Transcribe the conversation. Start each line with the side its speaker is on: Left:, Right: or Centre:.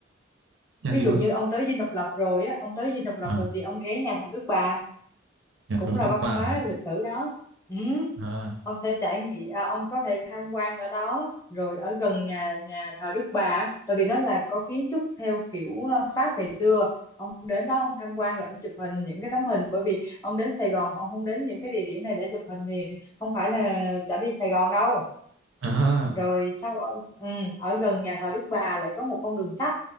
Right: nhà
Left: ví
Right: gì
Left: dụ
Right: cơ
Left: như ông tới Dinh Độc Lập rồi á ông tới Dinh Độc Lập
Right: à
Left: rồi thì ông ghé nhà thờ Đức Bà
Right: nhà
Left: cũng
Right: thờ
Left: là
Right: Đức
Left: văn
Right: Bà
Left: hóa lịch sử đó ừ.
Right: à
Left: ông sẽ trải nghiệm à, ông có thể tham quan ở đó rồi ở gần nhà nhà thờ Đức Bà á, tại vì nó là có kiến trúc theo kiểu à, Pháp ngày xưa ông đến đó ông tham quan rồi ông chụp hình những cái tấm hình bởi vì ông đến Sài Gòn ông không đến những cái địa điểm này để chụp hình thì không phải là đã đi Sài Gòn đâu
Right: à,
Left: rồi
Right: à,
Left: sau ở, ừ, ở gần nhà thờ Đức Bà lại có một con đường sách